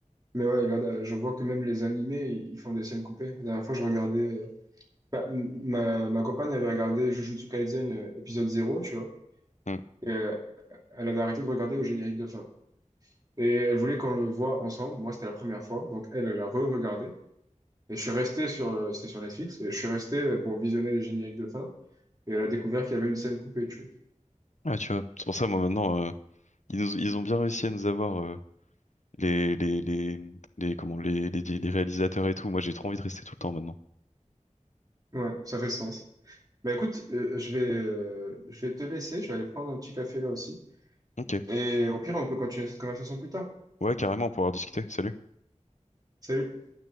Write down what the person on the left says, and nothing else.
Hmm.
Ouais, tu vois. C'est pour ça, moi, maintenant, euh, ils nous- ils ont bien réussi à nous avoir, euh, les, les, les, les, comment, les, les, les réalisateurs et tout. Moi, j'ai trop envie de rester tout le temps maintenant.
Ok.
Ouais, carrément, pour avoir discuté. Salut.